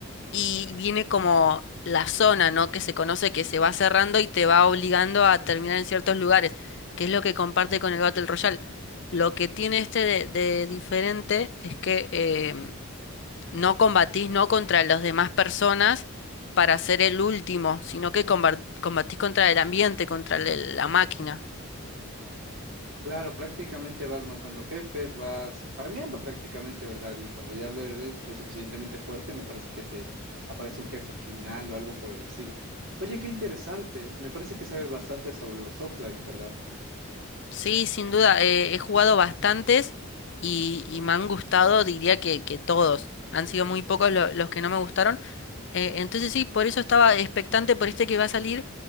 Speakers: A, on the left; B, on the right.
A: y viene como la zona, ¿no? Que se conoce que se va cerrando y te va obligando a terminar en ciertos lugares, que es lo que comparte con el Battle Royale. Lo que tiene este de, de diferente es que... eh, no combatís no contra las demás personas para ser el último, sino que combat- combatís contra el ambiente, contra el- la máquina.
B: Claro, prácticamente vas matando jefes, vas farmeando prácticamente, ¿verdad? Y cuando ya lo eres lo suficientemente fuerte, me parece que te aparece un jefe final o algo por el estilo. Oye, qué interesante. Me parece que sabes bastante sobre los Souls-like, ¿verdad?
A: Sí, sin duda, eh, he jugado bastantes y, y me han gustado, diría que, que todos. Han sido muy pocos lo- los que no me gustaron. Eh, entonces sí, por eso estaba expectante por este que va a salir,